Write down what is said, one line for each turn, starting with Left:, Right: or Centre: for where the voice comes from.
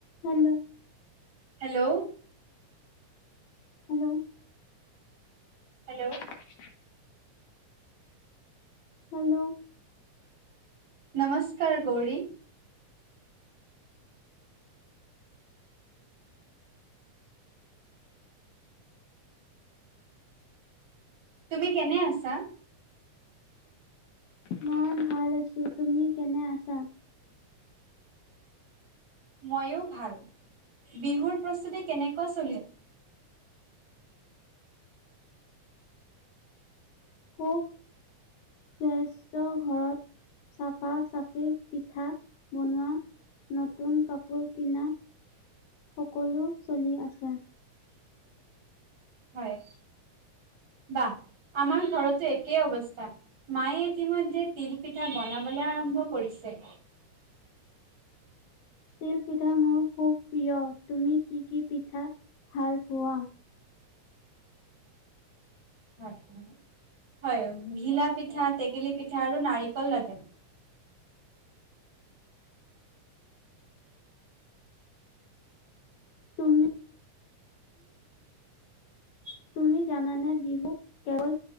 Left: Hello
Right: hello
Left: hello
Right: hello
Left: <unintelligible> hello
Right: নমস্কাৰ গৌৰি। তুমি কেনে আছা।
Left: মই ভাল আছো তুমি কেনে আছা।
Right: ময়ো ভাল বিহুৰ প্ৰস্তুতি কেনেকুৱা চলিছে।
Left: খুব ব্যসত ঘৰত। চাফা চাফি পিঠা বনোৱা। নতুন কাপোৰ কিনা সকলো চলি আছে।
Right: হয় বাহ আমাৰ ঘৰতৈ একেই অৱস্থা। মায়ে ইতিমধ্যে তিল পিঠা বনাবলৈ আৰম্ভ কৰিছে।
Left: তিল পিঠা মোৰ খুব প্ৰিয় তুমি কি কি পিঠা ভাল পোৱা।
Right: হয় হয় ঘিলা পিঠা টেকেলি পিঠা আৰু নাৰিকল লাৰু। উ
Left: তুমি তুমি জানানে বিহু কেৱল।